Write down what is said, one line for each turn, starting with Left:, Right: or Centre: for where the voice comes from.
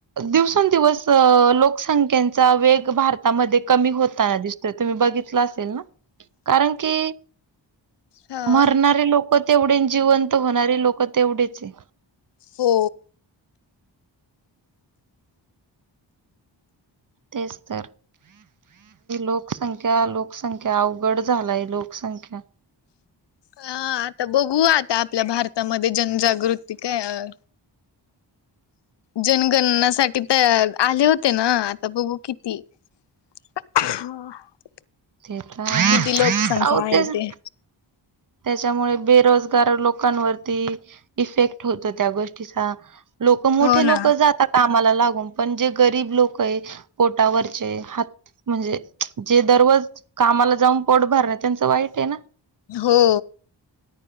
Right: दिवसेंदिवस लोकसंख्येचा वेग भारत कमी होताना दिस तुम्ही बघितलं असेल ना? कारण की
Left: हां.
Right: मरणारे लोक तेवढे जिवंत होणारे लोक तेवढेच आहेत.
Left: हो.
Right: तेच तर लोकसंख्या, लोकसंख्या अवघड झालाय लोकसंख्या.
Left: हा आता बघू आता आपल्या भारतामध्ये जनजागृती काय जनगणनासाठी तर आले होते ना आता बघू किती <unintelligible>
Right: टेट्रा आहे
Left: किती लोकसंख्या
Right: अहो
Left: आहे
Right: तेच <inaudible>
Left: ते.
Right: त्याच्यामुळे बेरोजगार लोकांवरती इफेक्ट होतो त्या गोष्टीचा लोक मोठे
Left: हो ना.
Right: लोक जात का मला लागून पण जे गरीब लोक आहे पोटावरचे हात- म्हणजे जे दररोज कामाला जाऊन पोट भर- त्यांच वाईट आहे ना!
Left: हो.